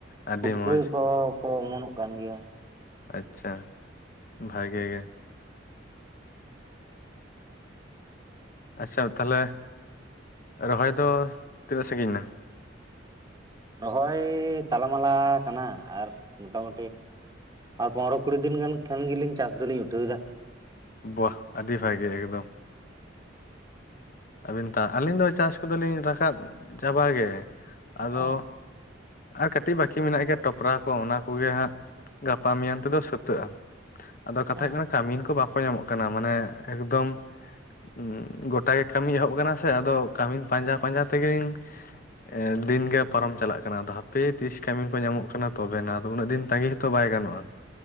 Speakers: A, on the left (about 50°); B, on the right (about 20°).
A: ᱟᱹᱰᱤ
B: ᱯᱩᱴᱠᱟᱹ
A: ᱢᱚᱸᱡᱽ
B: ᱠᱚ ᱠᱚ ᱚᱢᱚᱱᱚᱜ ᱠᱟᱱ ᱜᱮᱭᱟ᱾
A: ᱟᱪᱪᱷᱟ, ᱵᱷᱟᱜᱮ ᱜᱮ᱾ ᱟᱪᱪᱷᱟ ᱛᱟᱦᱞᱮ ᱨᱚᱦᱚᱭ ᱫᱚ ᱛᱤᱱᱟᱹᱜ ᱥᱟᱸᱜᱤᱧ ᱱᱟ?
B: ᱨᱚᱦᱚᱭ ᱛᱟᱞᱟ ᱢᱟᱞᱟ ᱠᱟᱱᱟ ᱟᱨ ᱢᱚᱴᱟᱢᱩᱴᱤ᱾ ᱟᱨ ᱯᱚᱸᱨᱚ ᱠᱩᱲᱤ ᱫᱤᱱ ᱜᱟᱱ ᱠᱷᱟᱱ ᱜᱮᱞᱤᱧ ᱪᱟᱥ ᱫᱚᱞᱤᱧ ᱜᱩᱴᱟᱹᱣ ᱫᱟ᱾
A: ᱵᱚᱦ ᱟᱹᱰᱤ ᱵᱷᱟᱜᱮ ᱮᱠᱫᱚᱢ᱾ ᱟᱹᱵᱤᱱ ᱛᱟ ᱟᱹᱞᱤᱧ ᱫᱚ ᱪᱟᱥ ᱠᱚᱫᱚ ᱞᱤᱧ ᱨᱟᱠᱟᱵ ᱪᱟᱵᱟ ᱜᱮ᱾ ᱟᱫᱚ
B: ᱚ
A: ᱟᱨ ᱠᱟᱹᱴᱤᱡ ᱵᱟᱹᱠᱤ ᱢᱮᱱᱟᱜ ᱜᱮᱭᱟ ᱴᱚᱯᱨᱟ ᱠᱚ ᱚᱱᱟ ᱠᱚᱜᱮ ᱦᱟᱸᱜ ᱜᱟᱯᱟ ᱢᱮᱭᱟᱝ ᱛᱮᱫᱚ ᱥᱟᱹᱛᱟᱹᱜ-ᱟ᱾ ᱟᱫᱚ ᱠᱟᱛᱷᱟ
B: ᱚ
A: ᱦᱳᱭᱳᱜ ᱠᱟᱱᱟ ᱠᱟᱹᱢᱤᱱ ᱠᱚ ᱵᱟᱠᱚ ᱧᱟᱢᱚᱜ ᱠᱟᱱᱟ᱾ ᱢᱟᱱᱮ ᱮᱠᱫᱚᱢ ᱩᱸ ᱜᱚᱴᱟᱜᱮ ᱠᱟᱹᱢᱤ ᱮᱦᱚᱵ ᱟᱠᱟᱱᱟ ᱥᱮ ᱟᱫᱚ ᱠᱟᱹᱢᱤᱱ ᱯᱟᱸᱡᱟ ᱯᱟᱸᱡᱟ ᱛᱮᱜᱮᱧ ᱮᱸᱻ ᱫᱤᱱ ᱜᱮ ᱯᱟᱨᱚᱢ ᱪᱟᱞᱟᱜ ᱠᱟᱱᱟ᱾ ᱟᱫᱚ ᱦᱟᱯᱮ ᱛᱤᱥ ᱠᱟᱹᱢᱤᱱ ᱠᱚ ᱧᱟᱢᱚᱜ ᱠᱟᱱᱟ ᱛᱚᱵᱮᱱᱟ ᱟᱫᱚ ᱩᱱᱟᱹᱜ ᱫᱤᱱ ᱛᱟᱸᱜᱤ ᱦᱚᱸᱛᱚ ᱵᱟᱭ ᱜᱟᱱᱚᱜᱼᱟ᱾